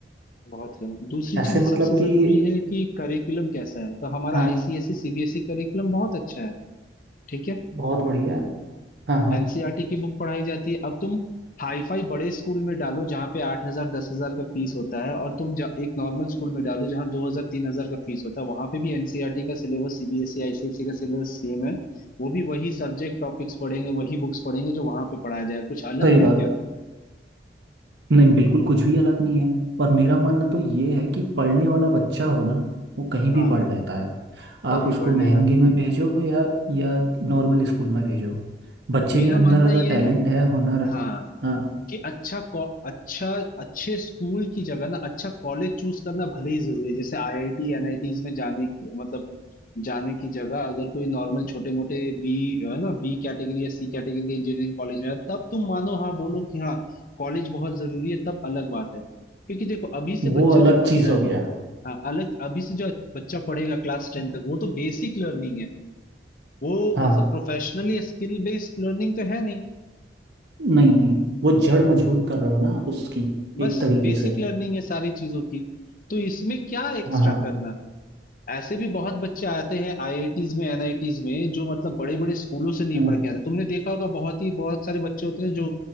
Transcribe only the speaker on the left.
बहुत कम दूसरी
चीज
सबसे
जरूरी है कि करिकुलम कैसा है तो हमारा
आईसीएसई सीबीएसई करिकुलम बहुत अच्छा है ठीक है
एनसीईआरटी की बुक पढ़ाई जाती है अब तुम हाई फाई बड़े स्कूल में डालो जहाँ पे आठ हजार दस हजार का फीस होता है और तुम जा, एक नॉर्मल स्कूल में डालो जहाँ दो हजार तीन हजार का फीस होता है वहां पे भी एनसीईआरटी का सिलेबस सीबीएसई आईसीएसई का सिलेबस सेम है वो भी वही सब्जेक्ट टॉपिक्स पढ़ेंगे वही बुक्स पढ़ेंगे जो वहां पे पढ़ाया जाए कुछ अलग
है
क्या
हाँ
तभी
पढ़
लेगा
मेरा
मानना
ये
है
हाँ
कि अच्छा को- अच्छा अच्छे स्कूल की जगह ना अच्छा कॉलेज चूज करना भले ही जरूरी है जैसे आईआईटी एनआईटीज में जाने की मतलब जाने की जगह अगर कोई नॉर्मल छोटे मोटे बी है ना बी कैटेगरी या सी कैटेगरी के इंजीनियरिंग कॉलेज में है, तब तुम मानो हाँ बोलो कि हाँ कॉलेज बहुत जरूरी है तब अलग बात है क्योंकि देखो अभी से
बच्चा
जो पढ़ता
है
हाँ अलग अभी से जो बच्चा पढ़ेगा क्लास टेन तक वो तो बेसिक लर्निंग है वो
मतलब प्रोफेशनली स्किल बेस्ड लर्निंग तो है नहीं
बस
बेसिक
लर्निंग है सारी चीजों की तो इसमें क्या एक्स्ट्रा
करना ऐसे भी बहुत बच्चे आते हैं आईआईटीज में एनआईटीज में जो मतलब बड़े बड़े स्कूलों से नहीं
पढ़ के आते तुमने देखा होगा बहुत ही बहुत सारे बच्चे होते हैं जो